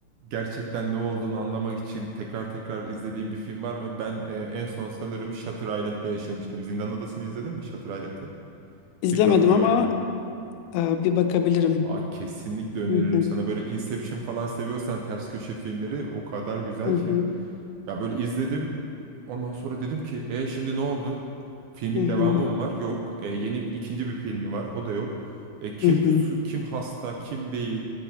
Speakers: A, on the right; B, on the left.
A: gerçekten ne olduğunu anlamak için tekrar tekrar izlediğim bir film var mı? Ben e, en son sanırım Shutter Island'da yaşamıştım. Zindan Adası'nı izledin mi Shutter Island'ı?
B: İzlemedim
A: DiCaprio
B: ama
A: oynuyor.
B: e, bir bakabilirim.
A: Aa, kesinlikle öneririm
B: Hı hı,
A: sana. Böyle Inception falan seviyorsan ters köşe filmleri o kadar güzel
B: hı
A: ki.
B: hı,
A: Ya böyle izledim. Ondan sonra dedim ki e şimdi ne oldu? Filmin
B: hı hı,
A: devamı mı var? Yok. E, yeni ikinci bir filmi var. O da yok. E, kim
B: hı hı,
A: su- kim hasta, kim değil,